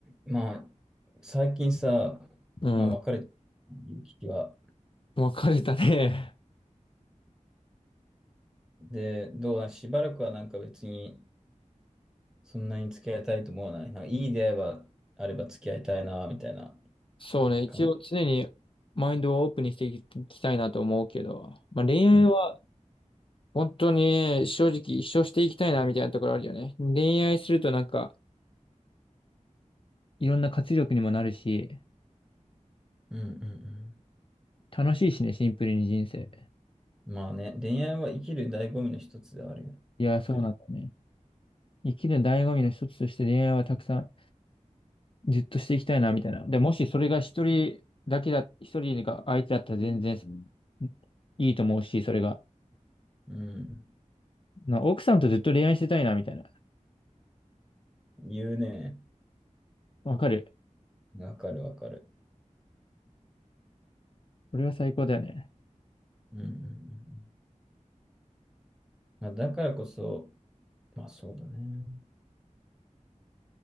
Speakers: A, in the centre; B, on the left.
A: まあ、最近さ、
B: うん。
A: まあ、別れてる気は。
B: 別れたね。
A: で、どうだ、しばらくはなんか別に、そんなに付き合いたいと思わない。なんかいい出会いがあれば付き合いたいな、みたいな
B: そうね。一応常にマインドをオープンにしていきたいなと思うけど。
A: 感じ。
B: まあ恋愛は
A: うん。
B: 本当に正直一生していきたいなみたいなところあるよね。恋愛するとなんかいろんな活力にもなるし、
A: うんうん
B: 楽しいしね、シンプルに人生。
A: うん。まあね、恋愛は生きる醍醐味の一つではあるよね。
B: いや、
A: 確実。
B: そうなんだね。生きる醍醐味の一つとして恋愛はたくさんずっとしていきたいなみたいな。で、もしそれが一人だけだ、一人が相手だったら全然うんいいと思うし、それが。
A: うん。
B: な、奥さんとずっと恋愛してたいなみたいな。
A: 言うね。
B: わかる。
A: わかるわかる。
B: これは最高だよね。
A: うんうんうんうんまあ、だからこそ、まあそうだね。